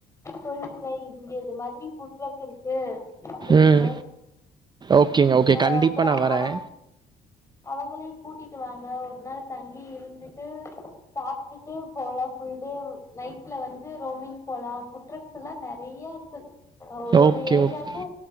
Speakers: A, on the left (about 15°); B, on the right (about 25°).
A: சொல்லுங்க இங்க இது மாதிரி ஃபுட்ட்ரக் இருக்கு அப்டின்னு
B: ம் ஓகேங்க. ஓகே.
A: அ
B: கண்டிப்பா
A: அப்புறோ
B: நான் வரேன்.
A: அதாங்க அவங்களையு கூட்டிட்டு வாங்க ஒரு நாள் தங்கி இருந்துட்டு சாப்டுட்டு போலா ஃபுல் டே நைட்ல வந்து ரோமிங் போலா ஃபுட்ரக் எல்லா நெறைய நெறையா இருக்கு அ ஒரு
B: ஓகே,
A: ஒரு ஏரியாக்கூ
B: ஓக்